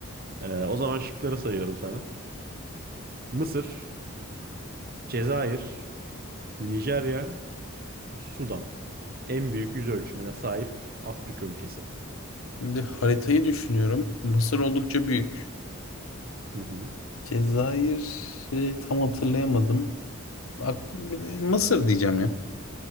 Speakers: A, on the right; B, on the left.
A: Ee, o zaman şıkları sayıyorum sana. Mısır, Cezayir, Nijerya, Sudan. En büyük yüz ölçümüne sahip Afrika ülkesi.
B: Şimdi haritayı düşünüyorum. Mısır oldukça büyük.
A: Hı hı.
B: Cezayir e, tam hatırlayamadım. Aklım bile Mısır diyeceğim ya.